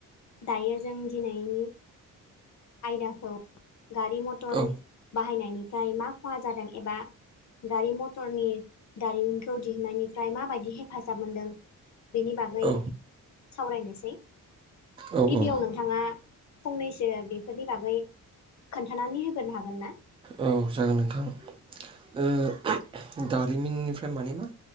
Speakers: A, on the left (about 55°); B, on the right (about 15°).
A: दायो जों दिनैनि आयदाखौ गारि मटर
B: औ
A: बाहायनायनिफ्राय मा खहा जादों एबा गारि मथरनि दारिमिनखौ दिहुननायनिफ्राय माबायदि हेफाजाब मोनदों। बेनि बागै
B: औ
A: सावरायनोसै।
B: औ
A: गिबियाव
B: औ
A: नोंथाङा फंनैसो बेफोरनि बागै खोन्थानानै होग्रोनो हागोन ना?
B: औ जागोन नोंथां। ओ दारिमिननिफ्राय माने मा